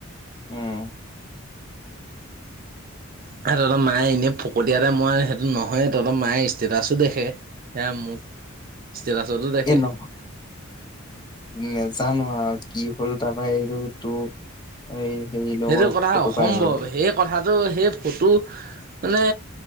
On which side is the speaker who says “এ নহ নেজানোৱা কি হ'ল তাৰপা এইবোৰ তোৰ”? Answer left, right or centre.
Left